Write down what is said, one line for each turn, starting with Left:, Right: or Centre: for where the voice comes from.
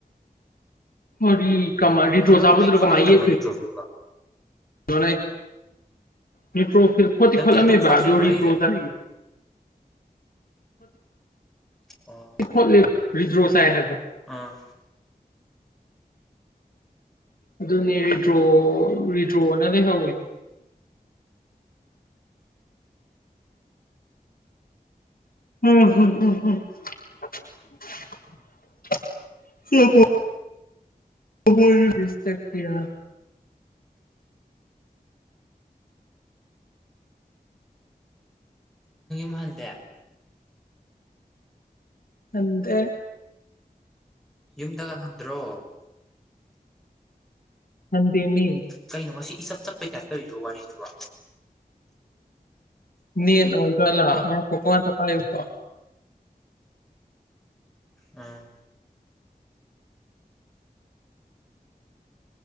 Left: ꯑꯣ ꯀꯃꯔꯤ꯭ꯔꯣꯁꯕ
Centre: ꯑꯗꯣ ꯑꯩ
Left: ꯑꯗꯨꯔ
Centre: ꯈꯣꯠꯂꯝꯗꯕ꯭ꯔꯣ
Left: ꯀꯃꯥꯏꯌꯦ
Centre: ꯅꯤꯇ꯭ꯔꯣꯐꯤꯜꯕꯣ
Left: ꯅ ꯅꯇ꯭ꯔꯣ ꯐꯣꯤ
Centre: ꯅꯠꯇꯦ
Left: ꯐꯂꯝ
Centre: ꯑꯗꯨ
Left: ꯑꯃꯕꯥꯗꯔꯤꯗ꯭ꯔꯣ
Centre: ꯈꯣꯠꯇ꯭ꯔꯤꯕ꯭ꯔꯣ ꯑꯩꯒꯤ
Left: ꯇꯦ
Centre: ꯑꯣ
Left: ꯈꯣꯠꯂ ꯔꯤꯗ꯭ꯔꯣ ꯁꯥꯦꯕ
Centre: ꯑꯥ
Left: ꯑꯗꯨꯅꯤ ꯤꯗ꯭ꯔꯣ ꯋꯤꯗ꯭ꯔꯣꯅ ꯂꯩ ꯍꯧꯋꯤ ꯍꯝ ꯍꯝꯝꯝ ꯍ ꯍꯣꯏ ꯁꯇꯛ ꯀꯌꯥ
Centre: ꯍꯜꯗꯦ
Left: ꯅꯗꯦ
Centre: ꯝꯗꯒ ꯍꯟꯗ꯭ꯔꯣ
Left: ꯍꯟꯗꯤ ꯃ
Centre: ꯀꯩꯅꯣ ꯁꯤ ꯏꯁꯞ ꯆꯞꯄꯩ ꯀꯥꯏ ꯇꯧꯔꯤꯔ ꯋꯥꯔꯤꯁꯤꯕꯣ
Left: ꯅ ꯑꯣꯏꯗꯂ ꯐꯀ ꯇ ꯀꯥꯏꯀ
Centre: ꯎꯝ